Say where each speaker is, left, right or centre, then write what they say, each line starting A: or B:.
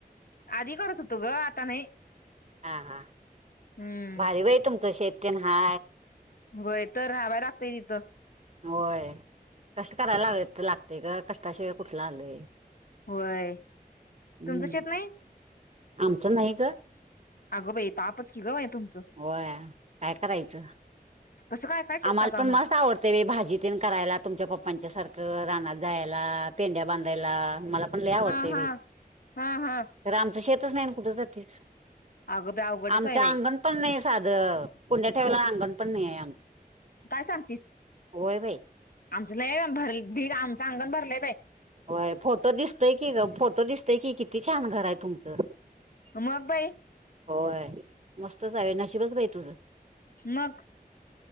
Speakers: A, on the left; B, on the right.
A: आधी करत होतो ग आता नाही.
B: हां हां
A: हम्म
B: भारी वही तुमचं शेती्यन हा.
A: होय तर राहावा लागतंय तिथं.
B: होय कष्ट करायला लाग लागतेय का कष्टाशिवाय कुठला आलोय.
A: होय
B: हम्म
A: तुमचं शेत नाही.
B: आमचं नाही ग.
A: अगो बाई तापच कि गव आहे तुमचं.
B: होय काय करायचं.
A: अससं काय. काय करतासा
B: आम्हाला पण
A: मग?
B: मस् आवडत. ते भाजी तेन करायला तुमच्या पप्पांच्या सारखं रानात जायला पेंड्या बांधायला मला आपण ल आवडतय
A: हा हा हा हा
B: तर आमचं शेतच नाही ना कुठ तर तस.
A: अगं बाई अवघडच
B: आमच
A: आहे बाई
B: अंगण पण नाही साध कोंड्या ठेवायला अंगण पण नाही आमच
A: काय सांगतेस.
B: होय भाई.
A: आमचं नाही भर भी आमचं अंगण भरले बा
B: होय फोटो दिसतय की फोटो दिसतय की किती छान घर आहे तुमचं.
A: म अब्बाई.
B: होय मस्तच आहे नशशीबच भाई तुझं.
A: ललग.